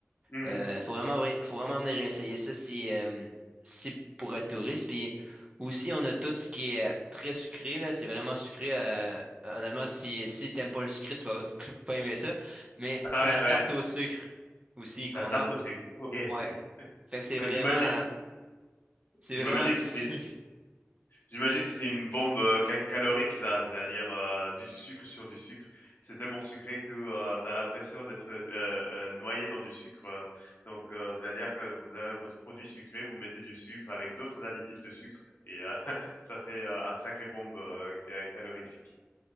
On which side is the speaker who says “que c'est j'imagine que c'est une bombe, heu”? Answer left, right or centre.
Left